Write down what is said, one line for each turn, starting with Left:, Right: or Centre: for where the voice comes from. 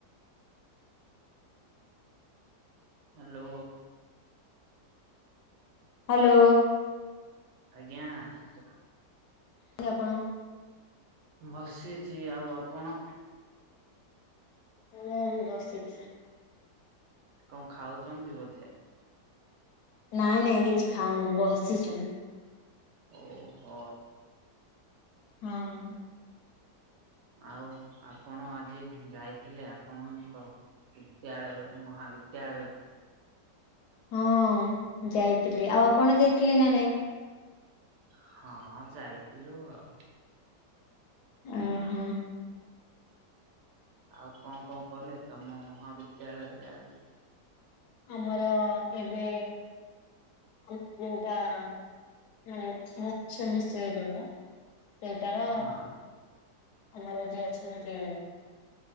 Right: ହାଲୋ।
Left: ହାଲୋ।
Right: ଆଜ୍ଞା କୁହ।
Left: ଯେ ଆପଣ
Right: ମୁଁ ବସିଚି ଆଉ ଆପଣ?
Left: ମୁଁ ବି ବସିଚି।
Right: କଣ ଖାଉଚନ୍ତି ବୋଧେ?
Left: ନାଇଁ ନାଇଁ କିଛି ଖାଉନି ବସିଚି ମୁଁ।
Right: ଓ ହ।
Left: ହଁ।
Right: ଆଉ ଆପଣ ଆଜି ଯାଇଥିଲେ ଆପଣଙ୍କ ବିଦ୍ୟାଳୟ ମହାବିିଦ୍ୟାଳୟ କୁ।
Left: ହଁ ଯାଇଥିଲି ଆଉ ଆପଣ ଯାଇଥିଲେ ନା ନାଇଁ?
Right: ହଁ ଯାଇଥିଲୁ ଆଉ।
Left: ଅ ହ।
Right: ଆଉ କଣ କଣ କଲେ ତମ ମହାବିଦ୍ୟାଳୟରେ ଆଜି?
Left: ଆମର ଏବେ ଉ ଯୋଉଟା ଉଁ ମାଛ ବିଷୟ ଯୋଉଟା। ସେଇଟାର
Right: ହଁ।
Left: ଆମର ଯିଏ ଅଛନ୍ତି